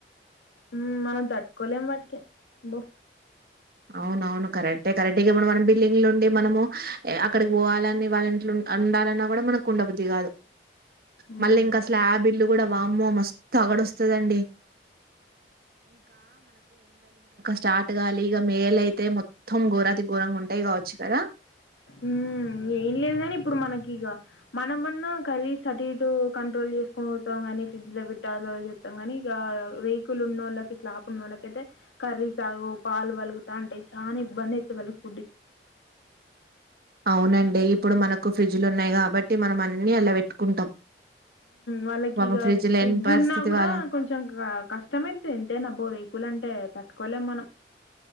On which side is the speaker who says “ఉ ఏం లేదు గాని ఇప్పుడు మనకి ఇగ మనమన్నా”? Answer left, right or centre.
Left